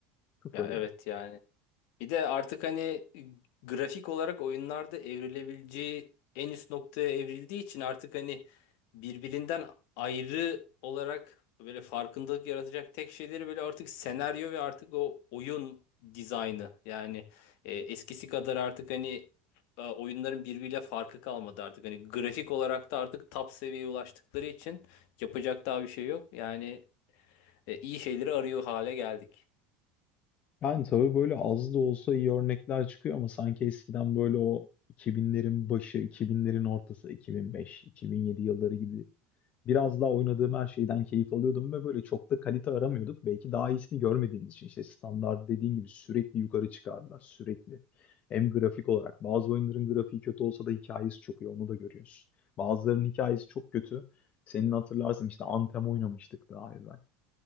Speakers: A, on the left (about 40°); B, on the left (about 70°).
A: Sıfır
B: Ya
A: yani.
B: evet yani. Bir de artık hani grafik olarak oyunlarda evrilebileceği en üst noktaya evrildiği için artık hani birbirinden ayrı olarak böyle farkındalık yaratacak tek şeyleri böyle artık senaryo ve artık o oyun dizaynı. Yani e, eskisi kadar artık hani e, oyunların birbiriyle farkı kalmadı artık. Hani grafik olarak da artık top seviyeye ulaştıkları için yapacak daha bir şey yok. Yani e, iyi şeyleri arıyor hale geldik.
A: Yani tabii böyle az da olsa iyi örnekler çıkıyor ama sanki eskiden böyle o 2000'lerin başı, 2000'lerin ortası, 2005, 2007 yılları gibi biraz daha oynadığım her şeyden keyif alıyordum ve böyle çok da kalite aramıyorduk. Belki daha iyisini görmediğimiz için işte standart dediğin gibi sürekli yukarı çıkardılar sürekli. Hem grafik olarak bazı oyunların grafiği kötü olsa da hikayesi çok iyi onu da görüyorsun. Bazılarının hikayesi çok kötü. Senin hatırlarsın işte Anthem oynamıştık daha evvel.